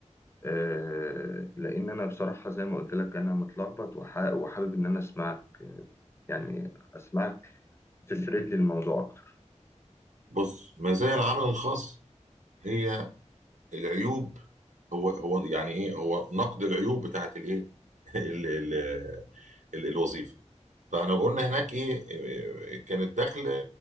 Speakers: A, on the left; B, on the right.
A: آه، لان انا بصراحه زي ما قلت لك انا متلخبط وح- وحابب ان انا اسمعك آه، يعني اسمعك تسرد لي الموضوع اكتر
B: بص مزايا العمل الخاص هي العيوب هو هو يعني ايه هو نقد العيوب بتاعت الايه <laughs> ال- ال- ال- الوظيفه فاحنا قلنا هناك ايه إيه، كان الدخل